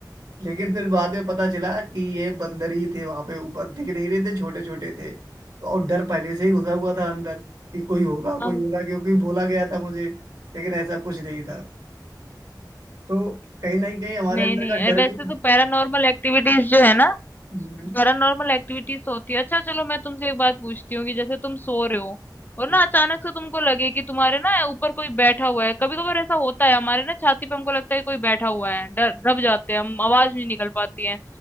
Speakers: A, on the right; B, on the left.
A: लेकिन फिर बाद में पता चला कि ये बंदर ही थे वहां पे ऊपर दिख नहीं रहे थे छोटे छोटे थे तो और डर पहले से ही घुसा हुआ था अंदर कि कोई होगा कोई
B: हाँ,
A: होगा क्योंकि बोला गया था मुझे लेकिन ऐसा कुछ नहीं था तो कहीं ना कहीं हमारे
B: नहीं
A: अंदर
B: नहीं
A: का
B: अ,
A: डर
B: वैसे
A: भी
B: तो पैरानॉर्मल एक्टिविटीज जो है ना
A: हम्म।
B: पैरानॉर्मल एक्टिविटीज होती है अच्छा चलो मैं तुमसे एक बात पूछती हूँ कि जैसे तुम सो रहे हो
A: हम्म।
B: और ना अचानक से तुमको लगे कि तुम्हारे ना ऊपर कोई बैठा हुआ है कभी कभार ऐसा होता है हमारे ना छाती पे हमको लगता है कि कोई बैठा हुआ है डर दब जाते हैं हम आवाज नहीं निकल पाती है